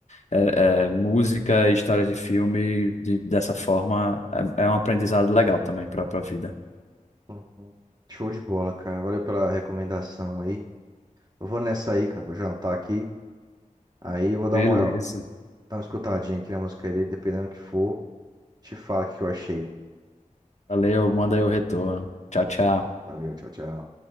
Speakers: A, on the left; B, on the right.
A: é, é, música e história de filme de- dessa forma é, é um aprendizado legal também para a vida.
B: Uhum. Show de bola, cara. Valeu pela recomendação aí. Eu vou nessa aí, cara. Vou jantar aqui. Aí eu vou dar
A: Beleza.
B: uma, dar uma escutadinha aqui na música dele, dependendo do que for. Te falo o que eu achei.
A: Valeu, manda aí o retorno. Tchau, tchau.
B: Valeu, tchau, tchau.